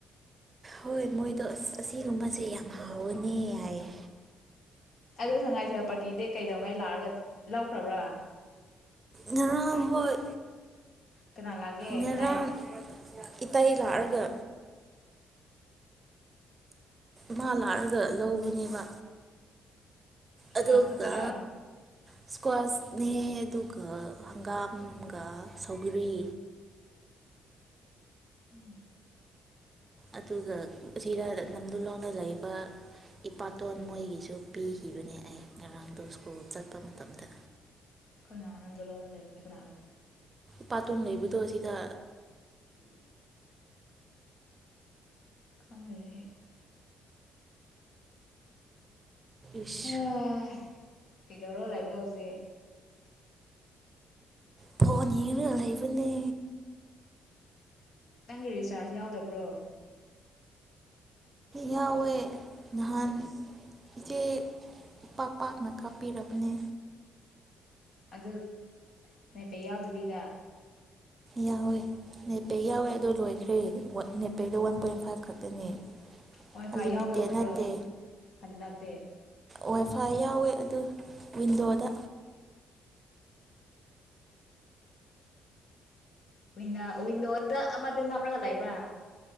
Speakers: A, on the right (about 30°); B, on the left (about 65°).
A: ꯍꯣꯏ ꯃꯣꯏꯗꯣ ꯑꯁ ꯑꯁꯤꯒꯨꯝꯕꯁꯦ ꯌꯥꯝ ꯍꯥꯎꯋꯅꯤ ꯌꯥꯌꯦ
B: ꯑꯗꯨ ꯁꯉꯥꯏꯊꯜ ꯄꯥꯔꯇꯤꯗꯤ ꯀꯩꯗꯧꯉꯩ ꯂꯥꯛꯑꯒ ꯂꯧꯈ꯭ꯔꯕ꯭ꯔꯥ
A: ꯉꯔꯝ ꯍꯣꯏ
B: ꯀꯅꯥ ꯂꯥꯛꯒꯦ
A: ꯉꯔꯥꯡ
B: ꯇꯥꯏ
A: ꯏꯇꯩ ꯂꯥꯛꯑꯔꯒ ꯃꯥ ꯂꯥꯛꯑꯒ ꯂꯧꯕꯅꯦꯕ
B: ꯁꯨꯕꯥꯁ
A: ꯑꯗꯨꯒ
B: ꯈꯛꯇꯔꯥ
A: ꯏꯁꯀ꯭ꯋꯥꯁꯅꯦ ꯑꯗꯨꯒ ꯍꯪꯒꯥꯝꯒ ꯁꯧꯒꯔꯤ
B: ꯎꯝ
A: ꯑꯗꯨꯒ ꯁꯤꯔ ꯅꯝꯗꯨ ꯂꯣꯡꯗ ꯂꯩꯕ ꯏꯄꯥꯇꯣꯟ ꯃꯣꯏꯒꯤꯁꯨ ꯄꯤꯈꯤꯕꯅꯦ ꯑꯩ ꯉꯔꯥꯡꯗ ꯁ꯭ꯀꯨꯜ ꯆꯠꯄ ꯃꯇꯝꯗ
B: ꯀꯅꯥꯔꯗꯂꯣꯅ ꯂꯩ ꯀꯅꯔꯥ
A: ꯄꯥꯇꯣꯟ ꯂꯩꯕꯗꯣ ꯑꯁꯤꯗ
B: ꯎ <unintelligible> ꯈꯗ꯭ꯔꯦ ꯑꯩ
A: ꯏꯁ
B: ꯑꯣꯝ ꯀꯩꯗꯧꯔꯣ ꯂꯥꯏꯕꯂ ꫭꯍꯧꯁꯦ
A: ꯐꯣꯟ ꯌꯤꯡꯂꯒ ꯂꯩꯕꯅꯦ
B: ꯅꯪꯒꯤ ꯔꯤꯆꯥꯔꯖ ꯌꯥꯎꯗꯕ꯭ꯔꯣ
A: ꯌꯥꯎꯋꯦ ꯅꯍꯥꯟ ꯏꯆꯦ ꯄꯥꯛ ꯄꯥꯛꯅ ꯀꯥꯞꯄꯤꯔꯕꯅꯦ
B: ꯑꯗ ꯅꯤꯠ ꯄꯤꯛ ꯌꯥꯎꯗꯕꯤꯗ
A: ꯌꯥꯎꯋꯦ ꯅꯦꯄꯦ ꯌꯥꯎꯋꯦ ꯑꯣ ꯂꯣꯏꯈ꯭ꯔꯦ ꯅꯦꯄꯦꯗ ꯋꯥꯟ ꯄꯣꯏꯟ ꯐꯥꯏꯚ ꯈꯛꯇꯅꯦ
B: ꯋꯥꯥꯏ ꯐꯥꯏ
A: ꯑꯟꯂꯤꯃꯤꯇꯦꯠ
B: ꯌꯥꯎꯗꯕ꯭ꯔꯣ
A: ꯅꯠꯇꯦ
B: ꯍꯟꯗꯛꯇꯤ
A: ꯋꯥꯏꯐꯥꯏ ꯌꯥꯎꯋꯦ ꯑꯗꯨ ꯋꯤꯟꯗꯣꯗ
B: ꯋꯟꯋꯟꯗꯣꯗ ꯑꯃꯗꯨ ꯅꯅꯥꯕ꯭ꯔꯒ ꯂ ꯂꯩꯕ꯭ꯔꯥ